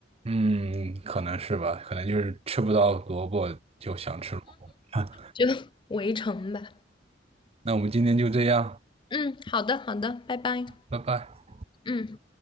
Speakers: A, on the right; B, on the left.
A: 嗯，可能是吧，可能就是吃不到萝卜就想吃萝卜。<laughs>
B: 就 <laughs> 围城吧。
A: 那我们今天就这样，
B: 嗯，好的好的，拜拜。
A: 拜拜。
B: 嗯。